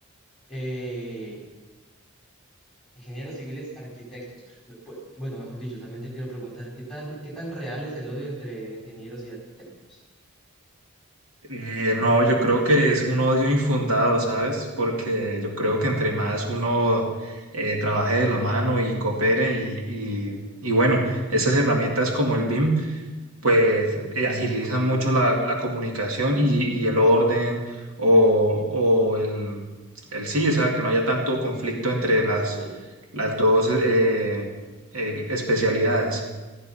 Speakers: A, in the centre; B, on the right.
A: <laughs> Ingenieros civiles, arquitectos. No, pu- Bueno, mejor dicho, también te quiero preguntar, ¿qué tan, qué tan real es el odio entre ingenieros y arquitectos?
B: Eh, no, yo creo que es un odio infundado, ¿sabes? Porque yo creo que entre más uno eh, trabaje de la mano y coopere y, y, y bueno, esas herramientas como el BIM, pues eh, agilizan mucho la, la comunicación y, y el orden o, o el, el sí, o sea, que no haya tanto conflicto entre las,
A: Sí,
B: las dos eh, eh, especialidades.